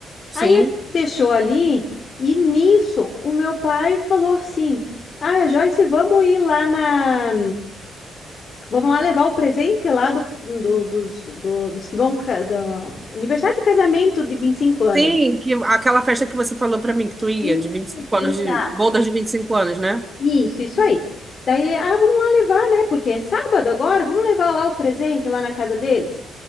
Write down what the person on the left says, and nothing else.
Aí ele deixou ali, e nisso o meu pai falou assim: Ah, Joyce, vamos ir lá na. Vamos lá levar o presente lá do, do- dos, do- dos que vão. ca- Do... Aniversário de casamento de 25 anos.
Isso,
exato.
Isso, isso aí. Daí, ah, vamos lá levar, né? Porque é sábado agora, vamos levar lá o presente lá na casa deles.